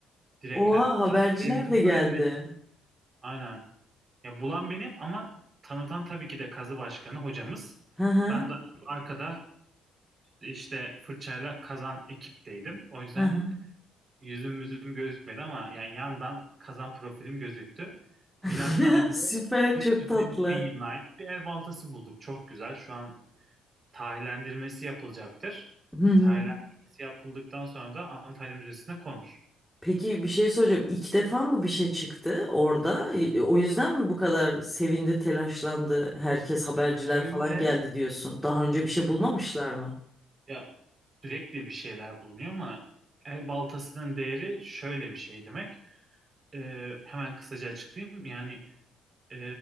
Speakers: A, on the right; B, in the centre.
A: Direkt
B: Oha
A: hatta
B: haberciler
A: televizyonlara
B: de geldi.
A: bile çıktı. Aynen. Ya bulan benim ama tanıtan tabii ki de kazı başkanı hocamız.
B: Hı hı.
A: Ben daha çok arkada işte fırçayla kazan ekipteydim. O yüzden
B: Hı hı.
A: yüzüm yüzüm gözükmedi ama yani yandan kazan profilim gözüktü.
B: <laughs>
A: Milattan önce
B: Süper
A: 350
B: çok tatlı.
A: bin yılına ait bir el baltası bulduk. Çok güzel. Şu an tarihlendirmesi yapılacaktır.
B: Hı hı.
A: Tarihlendirmesi yapıldıktan sonra da Antalya Müzesi'ne konur.
B: Peki bir şey soracağım. İlk defa mı bir şey çıktı orada? E, O yüzden mi bu kadar sevindi, telaşlandı? Herkes haberciler
A: Öyle
B: falan geldi diyorsun. Daha önce bir şey bulmamışlar mı?
A: ya sürekli bir şeyler bulunuyor ama el baltasının değeri şöyle bir şey demek. Ee, hemen kısaca açıklayayım. Yani Ee,